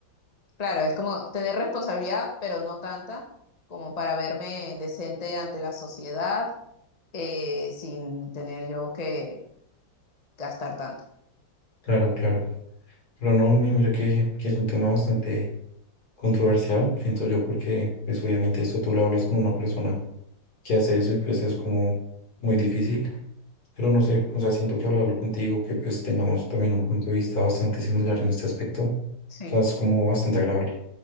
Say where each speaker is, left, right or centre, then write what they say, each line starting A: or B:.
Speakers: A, on the left; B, on the left.
A: Claro, es como tener responsabilidad, pero no tanta como para verme decente ante la sociedad eh, sin tener yo que gastar tanto.
B: claro, claro. Pero no, mi- mira que, que es un tema bastante controversial, siento yo, porque pues obviamente esto tú lo hablas con una persona que hace eso y pues es como muy difícil. Pero no sé, o sea, siento que hablarlo contigo, que pues tengamos también un punto de vista bastante similar en este aspecto, o
A: Sí,
B: sea, es como bastante agradable.